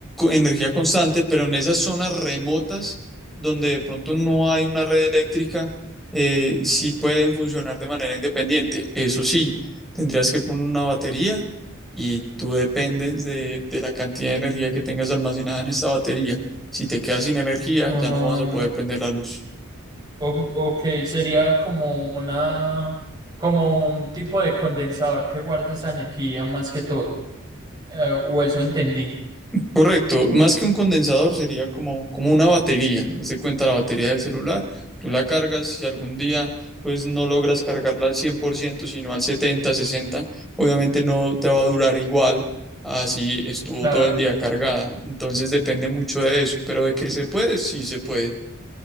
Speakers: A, in the centre; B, on the right.
A: energía constante, pero en esas zonas remotas donde de pronto no hay una red eléctrica, eh, sí pueden funcionar de manera independiente. Eso sí, tendrías que poner una batería y tú dependes de, de la cantidad de energía que tengas almacenada en esa batería. Si te quedas sin energía,
B: Ah,
A: ya no vas a poder prender la luz.
B: O- ok, sería como una, como un tipo de condensador que guarde esa energía más que todo. Eh, o eso entendí.
A: Correcto, más que un condensador sería como, como una batería. Haz de cuenta la batería del celular, tú la cargas, si algún día pues no logras cargarla al 100%, sino al 70, 60, obviamente no te va a durar igual así estuvo
B: Claro,
A: todo el día cargada. Entonces depende mucho de eso, pero de que se puede, sí se puede.